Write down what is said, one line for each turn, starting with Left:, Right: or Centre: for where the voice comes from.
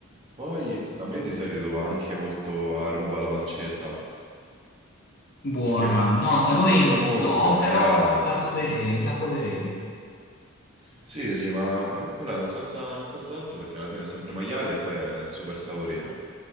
Right: poi da me di solito va anche molto a ruba la pancetta,
Left: Buona.
Right: perché mm,
Left: No, da
Right: non
Left: noi
Right: costa molto
Left: no,
Right: che è maiale.
Left: però la proverei, la proverei.
Right: Sì, sì, ma eh, quella non costa, non costa tanto perché alla fine è sempre maiale e poi è super saporita.